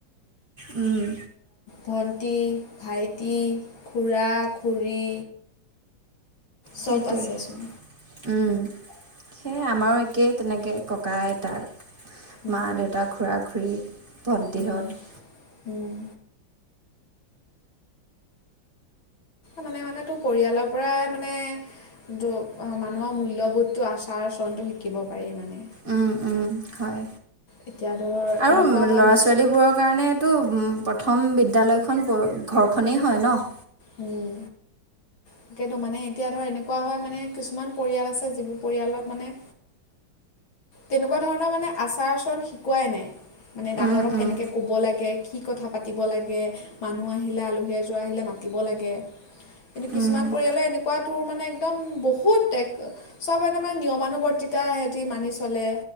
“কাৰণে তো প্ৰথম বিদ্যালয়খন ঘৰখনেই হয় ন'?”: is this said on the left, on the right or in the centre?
Right